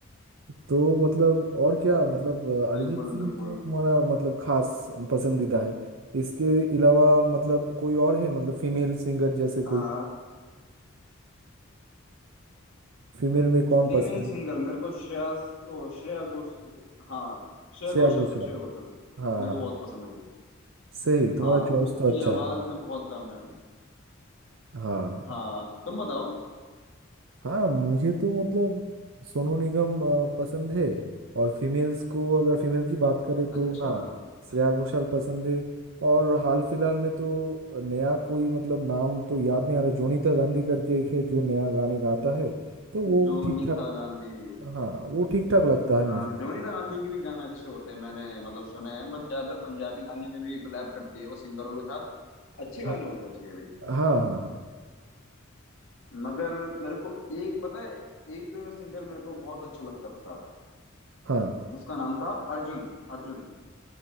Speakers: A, on the right; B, on the left.
A: तो मतलब और क्या मतलब अ, अरिजीत
B: बिल्कुल
A: सिंह
B: बिल्कुल
A: तो तुम्हारा मतलब खास पसंदीदा है इसके अलावा मतलब कोई और है मतलब फीमेल सिंगर जैसे
B: हाँ
A: कोई फीमेल में कौन
B: फीमेल
A: पसंद
B: सिंगल
A: है
B: मेरे को श्रेया ओ श्रेया घोष हाँ श्रेया
A: श्रेया
B: घोषल
A: घोषाल
B: श्रेया घोषल
A: हाँ
B: मेरे
A: हाँ
B: को बहुत पसंद है वो
A: सही तुम्हारा
B: हाँ
A: चॉइस
B: उसकी
A: तो अच्छा
B: आवाज
A: है
B: में बहुत दम है
A: हाँ
B: हाँ तुम बताओ
A: हाँ मुझे तो मतलब सोनू निगम अ, पसंद है और फीमेल्स को अगर फीमेल की बात करें तो
B: अच्छा
A: हाँ श्रेया घोषाल पसंद है और हाल फिलहाल में तो नया कोई मतलब नाम तो याद नहीं आ रहा जोनीता गांधी करके एक है जो नया गाने गाता है तो वो
B: जोनीता
A: ठीक ठाक
B: गांधी
A: हाँ वो ठीक ठाक लगता है
B: हाँ
A: मुझे
B: जोनीता गांधी के भी गाने अच्छे होते हैं मैंने मतलब सुने हैं बट ज्यादातर पंजाबी गाने में भी कोलैब करती है वो सिंगरों के साथ अच्छे गाने
A: हाँ
B: होते हैं उसके भी
A: हाँ हाँ
B: मगर मेरे को एक पता है एक सिंगर मेरे को बहुत अच्छा लगता था
A: हाँ
B: उसका नाम था अर्जुन अर्जुन